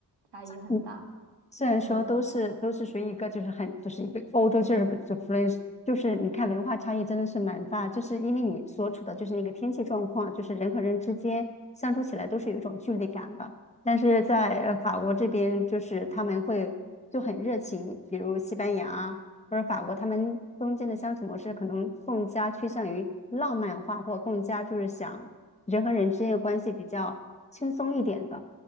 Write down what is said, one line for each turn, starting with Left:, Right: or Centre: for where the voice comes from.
Right: 差异很大。
Left: 你虽然说都是都是属于一个就是很就是一个欧洲就是就弗
Right: 嗯。
Left: h 就是你看文化差异真的是蛮大，就是因为你所处的就是那个天气状况，就是人和人之间相处起来都是有一种距离感的。但是在呃法国这边，就是他们会就很热情，比如西班牙啊或者法国，他们中间的相处模式可能更加趋向于浪漫化，或更加就是想人和人之间的关系比较轻松一点的。